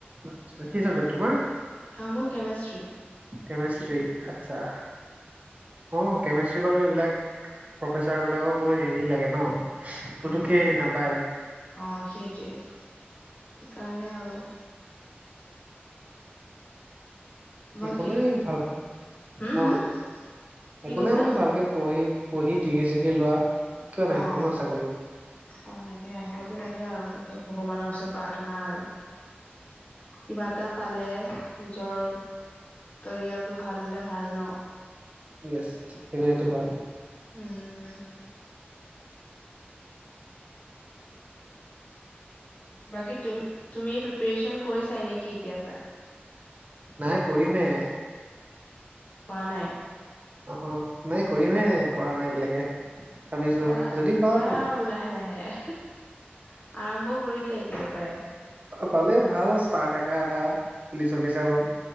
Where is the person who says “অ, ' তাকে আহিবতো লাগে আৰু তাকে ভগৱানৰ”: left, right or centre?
Left